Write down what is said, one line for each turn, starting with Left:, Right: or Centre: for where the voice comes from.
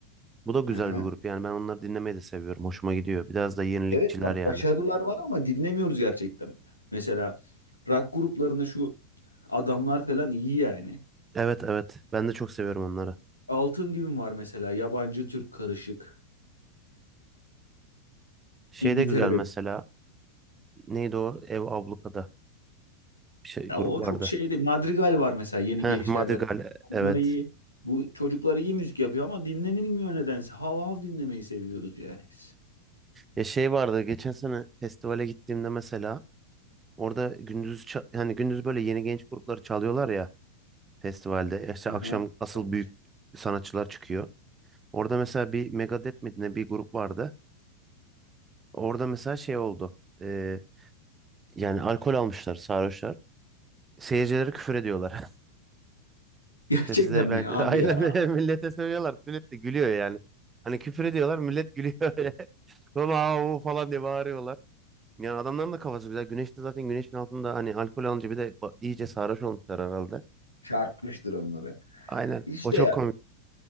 Right: Bu da güzel
Left: Hı hı.
Right: bir grup yani ben onları dinlemeyi de seviyorum. Hoşuma gidiyor. Biraz da yenilikçiler
Left: Evet bak
Right: yani.
Left: başarılar var ama dinlemiyoruz gerçekten. Mesela rock gruplarında şu adamlar falan iyi yani.
Right: Evet evet ben de çok seviyorum onları.
Left: Altın Gün var mesela yabancı Türk karışık.
Right: Şey
Left: İngiltere'de
Right: de güzel mesela neydi o Ev Abluka'da bir şey
Left: Ya
Right: grup
Left: o
Right: vardı.
Left: çok şeyde Madrigal var mesela yeni
Right: Heh
Left: gençlerde.
Right: Madrigal
Left: Onlar
Right: evet.
Left: iyi. Bu çocuklar iyi müzik yapıyor ama dinlenilmiyor nedense. Hav hav dinlemeyi seviyoruz yani biz.
Right: Ya şey vardı geçen sene festivale gittiğimde mesela orada gündüz ça- hani gündüz böyle yeni genç grupları çalıyorlar ya festivalde. Ya İşte
Left: Hı
Right: akşam
Left: hı.
Right: asıl
Left: <laughs>
Right: büyük sanatçılar çıkıyor. Orada mesela bir Megadeth mi ne bir grup vardı. Orada mesela şey oldu. Ee, yani alkol almışlar sarhoşlar. Seyircilere küfür ediyorlar.
Left: Gerçekten
Right: <laughs> İşte size
Left: mi
Right: ben <laughs>
Left: abi
Right: aynen
Left: ya?
Right: millete söylüyorlar. Millet de gülüyor yani. Hani küfür ediyorlar millet gülüyor <laughs> öyle. Sonra "Aa, o" falan diye bağırıyorlar. Yani adamların da kafası güzel. Güneşte zaten güneşin altında hani alkol alınca bir de ba- iyice sarhoş olmuşlar herhalde.
Left: Çarpmıştır onları.
Right: Aynen.
Left: İşte
Right: O çok
Left: ya
Right: komik.